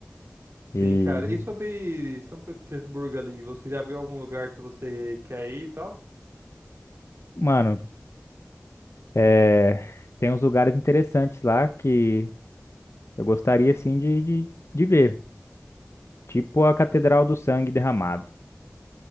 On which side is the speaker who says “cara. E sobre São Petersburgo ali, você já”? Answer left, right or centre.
Right